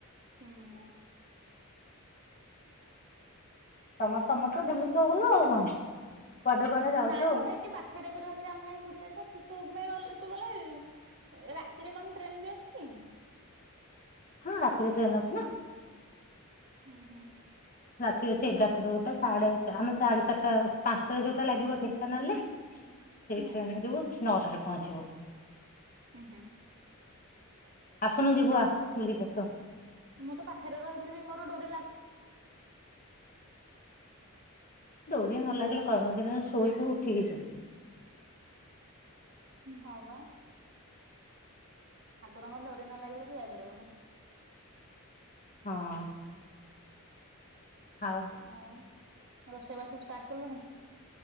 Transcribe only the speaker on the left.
ହଁ ତମ ତମର ତ ବୁଲୁଚ ଭଲ ଆଉ କଣ? କୁଆଡେ କୁଆଡେ ଯାଉଛ
ଆଉ।
ହଁ, ରାତିରେ ଟ୍ରେନ୍ ଅଛି ନା।
ରାତି ଅଛି ଏଗାରାଟା ରେ ଗୋଟେ ସାଢେ ଚା ଆମେ ସାଢେ ଚାରିଟା ପାଞ୍ଚଟାରେ ଯୋଉଟା ଲାଗିବ ଢେଙ୍କାନାଳରେ ସେଇଟାରେ
ଆମେ ଯିବୁ ନଅଟାରେ ପହଁଞ୍ଚିବୁ।
ଆସୁନୁ ଯିବୁ ଆ ବୁଲିକି ଆସିବୁ।
ଡୋରି ନ ଲାଗିଲେ କର୍ମ ଦିନରେ ଶୋଇଥିବୁ ଉଠିକି ଯିବୁ।
ହଁ। ଆଉ